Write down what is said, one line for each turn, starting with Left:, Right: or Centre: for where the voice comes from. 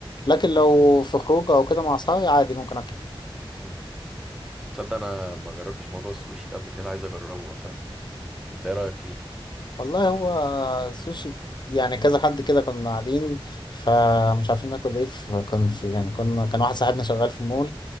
Left: لكن لو في خروجه او كده مع اصحابي عادي ممكن اكله
Centre: مم. تصدق انا ما جربتش موضوع السوشي ده قبل كده عايز اجربه والله انت ايه رايك فيه
Left: والله هو السوشي يعني كذا حد كده كنا قاعدين فمش عارفين ناكل ايه فكان في يعني كنا كان واحد صاحبنا شغال في مول